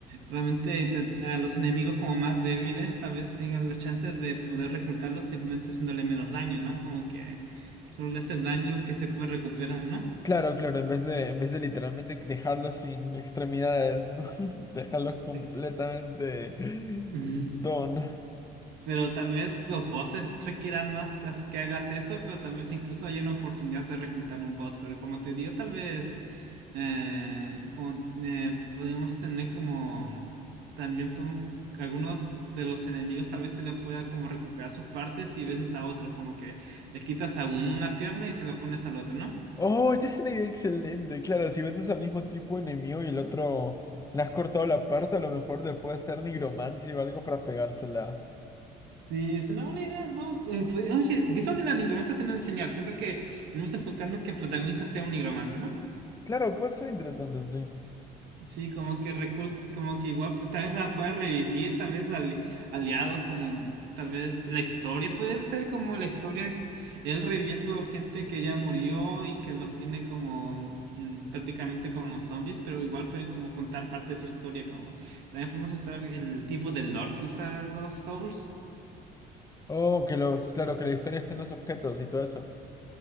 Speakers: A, on the right; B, on the left.
A: realmente inte- a los enemigos como más débiles, tal vez tengan la chance de poder reclutarlos simplemente haciéndole menos daño, ¿no? Como que solo le hace daño que se puede recuperar, ¿no?
B: Claro, claro, en vez de, en vez de literalmente dejarlos sin extremidades, <laughs> dejarlos completamente
A: Sí, sí. <laughs>
B: don.
A: Pero tal vez los bosses requieran más as- que hagas eso, pero tal vez incluso hay una oportunidad de reclutar un boss. Pero como te digo, tal vez eh, como eh, podríamos tener como también podemos algunos de los enemigos tal vez se le pueda como recuperar sus partes y veces a otros, como que le quitas a uno una pierna y se la pones al otro, ¿no?
B: Oh, esa es una idea excelente. Claro, si vendes al mismo tipo enemigo y el otro le has cortado la parte, a lo mejor te puede hacer nigromancia o algo para pegársela.
A: Sí, es una buena idea, ¿no? Eh, pues, Oye, eso de la nigromancia suena genial. Siento que vamos a enfocarnos que el protagonista sea un nigromante, ¿no?
B: Claro, puede ser interesante, sí.
A: Sí, como que recul- como que igual pues, tal vez la pueda revivir, tal vez ali- aliados, como tal vez la historia puede ser como la historia es él reviviendo gente que ya murió y que los tiene como mm, prácticamente como zombies, pero igual pueden como contar parte de su historia, como también podemos usar el tipo de lore que usan los Souls.
B: Oh, que los, claro, que la historia esté en los objetos y todo eso.